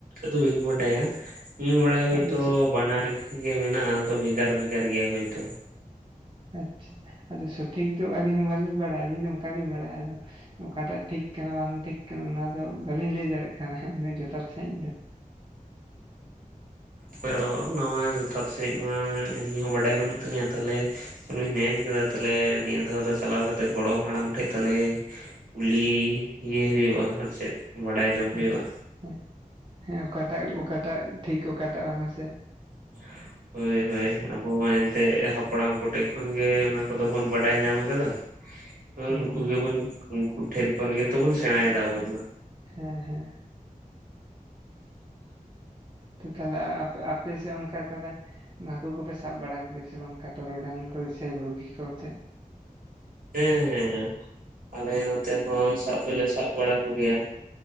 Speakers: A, on the right; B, on the right.
A: ᱫᱚ ᱵᱟᱹᱧ ᱵᱟᱰᱟᱭᱟ, ᱤᱧ ᱵᱟᱲᱟᱭᱟ ᱦᱚᱭᱛᱚ
B: ᱟᱫᱚ
A: ᱵᱟᱱᱟᱨ ᱴᱷᱤᱠ ᱜᱮ ᱢᱮᱱᱟᱜᱼᱟ ᱛᱚ ᱵᱷᱮᱜᱟᱨ ᱼ ᱵᱷᱮᱜᱟᱨ ᱜᱮᱭᱟ ᱦᱚᱭᱛᱚ᱾
B: ᱟᱪᱪᱷᱟ ᱟᱫᱚ ᱥᱚᱴᱷᱤᱠ ᱫᱚ ᱟᱹᱞᱤᱧ ᱦᱚᱸ ᱵᱟᱹᱞᱤᱧ ᱵᱟᱲᱟᱭᱟ, ᱟᱹᱞᱤᱧ ᱫᱚ ᱚᱱᱠᱟᱞᱤᱧ ᱵᱟᱲᱟᱭᱟ ᱟᱫᱚ᱾ ᱚᱠᱟᱴᱟᱜ ᱴᱷᱤᱠ ᱠᱟᱱᱟ ᱵᱟᱝ ᱴᱷᱤᱠ ᱠᱟᱱᱟ ᱚᱱᱟ ᱫᱚ ᱵᱟᱹᱞᱤᱧ ᱞᱟᱹᱭ ᱫᱟᱲᱮᱭᱟᱜ ᱠᱟᱱᱟ ᱩᱱᱟᱹᱜ ᱡᱚᱛᱷᱟᱛ ᱥᱟᱺᱦᱤᱡ ᱫᱚ᱾
A: ᱦᱚᱭ ᱟᱫᱚ ᱱᱟᱣᱟ ᱡᱚᱛᱷᱟᱛ ᱥᱟᱺᱦᱤᱡ ᱢᱟ ᱟᱹᱞᱤᱧ ᱦᱚᱸ ᱵᱟᱰᱟᱭ ᱵᱟᱹᱱᱩᱜ ᱛᱟᱹᱞᱤᱧᱟ ᱛᱟᱦᱚᱞᱮ ᱢᱮᱱ ᱠᱮᱫᱟ ᱛᱟᱦᱮ ᱱᱤᱭᱟᱹ ᱫᱷᱟᱣ ᱫᱚ ᱪᱟᱞᱟᱣ ᱠᱟᱛᱮᱜ ᱜᱚᱲᱚᱢ ᱦᱟᱲᱟᱢ ᱴᱷᱮᱡ ᱛᱟᱦᱞᱮ ᱠᱩᱞᱤ ᱮ ᱦᱩᱭᱩᱜᱼᱟ ᱟᱨ ᱪᱮᱫ ᱵᱟᱲᱟᱭ ᱡᱚᱝ
B: ᱦᱮᱸ
A: ᱦᱩᱭᱩᱜᱼᱟ᱾
B: ᱦᱮᱸ ᱦᱮᱸ ᱚᱠᱟᱴᱟᱜ ᱚᱠᱟᱴᱟᱜ ᱴᱷᱤᱠ ᱚᱠᱟᱴᱟᱜ ᱵᱟᱝ ᱼ ᱟ ᱦᱮᱥᱮ
A: <unintelligible> ᱦᱳᱭ ᱦᱳᱭ ᱟᱵᱚ ᱢᱟ ᱮᱱᱛᱮᱫ ᱦᱟᱯᱲᱟᱢ ᱠᱚᱴᱷᱮᱡ ᱠᱷᱚᱱᱜᱮ ᱚᱱᱟ ᱠᱚᱫᱚ ᱵᱚᱱ ᱵᱟᱰᱟᱭ ᱧᱟᱢ ᱟᱠᱟᱫᱟ᱾
B: ᱦᱩᱸ
A: ᱩᱱᱠᱩ
B: ᱦᱩᱸ
A: ᱜᱮᱵᱚᱱ ᱩᱱᱠᱩ ᱴᱷᱮᱱ ᱠᱷᱚᱱ ᱜᱮᱛᱚ ᱵᱚᱱ ᱥᱮᱬᱟᱭᱮᱫᱟ ᱟᱵᱚ ᱫᱚ᱾
B: ᱦᱮᱸᱻᱦᱮᱸ ᱛᱚ ᱛᱟᱦᱞᱮ ᱟᱯᱮᱥᱮᱫ ᱚᱱᱠᱟ ᱛᱟᱦᱞᱮ ᱦᱟᱹᱠᱩ ᱠᱚᱯᱮ ᱥᱟᱵ ᱵᱟᱲᱟ ᱠᱚᱜᱮᱭᱟ ᱥᱮ ᱵᱟᱝ ᱴᱚᱨᱚᱰᱟᱝ ᱠᱚ ᱥᱮ ᱵᱷᱩᱜᱤ ᱠᱚ ᱟᱛᱮ?
A: ᱦᱮᱸᱻᱦᱮᱸᱻᱦᱮᱸ ᱟᱞᱮ ᱱᱚᱛᱮ ᱦᱚᱸ ᱥᱟᱵ ᱫᱚᱞᱮ ᱥᱟᱵ ᱵᱟᱲᱟ ᱠᱚᱜᱮᱭᱟ᱾